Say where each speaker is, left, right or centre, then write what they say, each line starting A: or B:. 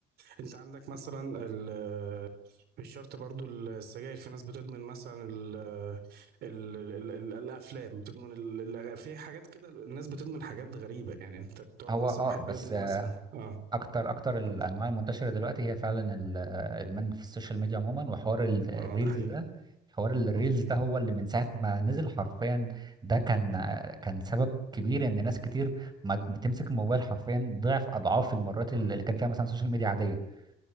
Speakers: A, on the right; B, on the right.
A: انت عندك مثلا ال- مش شرط برضو السجاير في ناس بتدمن مثلا ال آه، ال ال ال الافلام بتدمن ال- ال- في حاجات كده الناس بتدمن حاجات غريبة يعني انت بتقعد
B: هو
A: مثلا
B: اه
A: واحد
B: بس
A: بيدمن مثلا اه
B: اكتر اكتر الانواع
A: اتفضل
B: المنتشره دلوقتي هي فعلا الادمان في السوشيال ميديا عموما وحوار ال- الريلز
A: اه ده حقيقي
B: ده حوار ال- الريلز
A: مم.
B: ده هو اللي من ساعه ما نزل حرفيا ده كان كان سبب كبير ان ناس كتير ما بتمسك الموبايل حرفيا ضعف اضعاف المرات اللي
A: مم.
B: كان فيها مثلا السوشيال ميديا عاديه